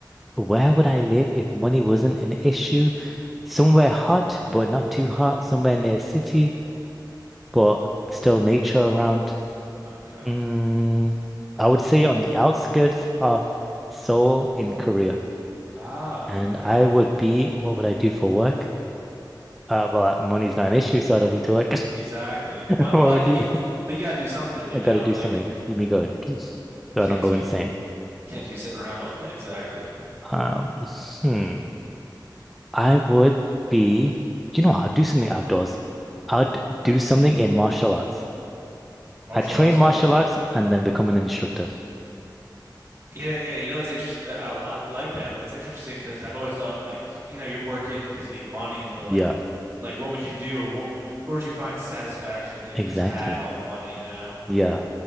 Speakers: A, in the centre; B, on the right.
A: where would I live if money wasn't an issue? Somewhere hot, but not too hot, somewhere near a city, but still nature around.
B: Okay.
A: Mm, I would say on the outskirts of Seoul in Korea.
B: Ah,
A: And
B: okay.
A: I would be, what would I do for work? Uh, well, uh, money's not an issue, so I don't need to work.
B: Exactly.
A: <laughs>
B: But
A: What
B: but
A: would
B: you
A: you
B: get
A: do?
B: you, but you gotta do something, you
A: I
B: know?
A: gotta do
B: Like
A: something to keep me going <clears throat> so
B: Can't
A: I don't
B: just
A: go
B: be
A: insane.
B: can't just be sitting around all day. Exactly.
A: Um, hmm. I would be, you know, I'd do something outdoors. I'd do something in martial arts.
B: Martial
A: I train
B: arts,
A: martial
B: I like
A: arts
B: it.
A: and then become an instructor.
B: Yeah, yeah. You know, it's interesting. I, I like that, but it's interesting because I've always thought like, you know, you're working because you need money, but like,
A: Yeah,
B: like what would you do or what where would you find satisfaction if
A: exactly.
B: you just had all the money, you know?
A: Yeah.